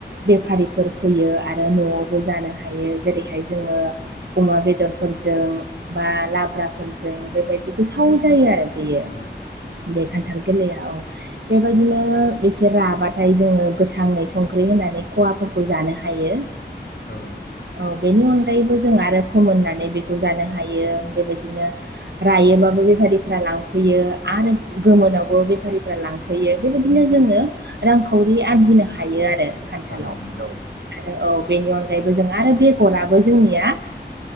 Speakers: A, on the right; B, on the left.
A: बेफारिफोर फैयो आरो न'आवबो जानो हायो। जेरैहाय जोंङो अमा बेदरफोरजों बा लाब्राफोरजों जों बेबायदि गोथाव जायो। आरो बेयो
B: औ
A: बे खान्थाल गोरलैयाव बेबायदिनो एसे राबाथाय जोंङो‌ गोथाङै संख्रि होनानै खहाफोर खौ जानो हायो।
B: औ
A: औ बेनि अनगायैबो जों आरो फोमोननानै बेखौ जानो हायो। बेबायदिनो रायोबाबो बेफारिफोरा लांफैयो आरो गोमोनावबो बेफारिफोरा लां होयो बेबायदिनो जोंङो रांखावरि आरजिनो हायो आरो खान्थालाव।
B: औ
A: आरो
B: नंगौ
A: औ बेनि अनगायैबो जों आरो बेगराबो जोंनिया